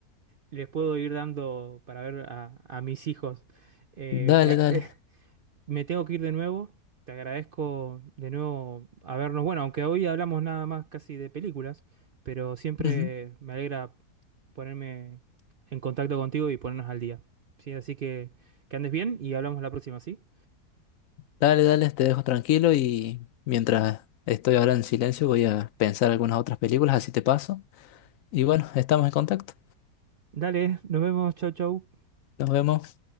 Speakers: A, on the right; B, on the left.
A: les puedo ir dando para ver a, a mis hijos. Eh,
B: Dale,
A: te-
B: dale.
A: <laughs> Me tengo que ir de nuevo. Te agradezco de nuevo habernos. Bueno, aunque hoy hablamos nada más casi de películas, pero siempre
B: Ujú.
A: me alegra ponerme en contacto contigo y ponernos al día. Sí, así que que andes bien y hablamos la próxima, ¿sí?
B: Dale, dale, te dejo tranquilo y mientras estoy ahora en silencio voy a pensar algunas otras películas, así te paso. Y bueno, estamos en contacto.
A: Dale, nos vemos. Chau, chau.
B: Nos vemos.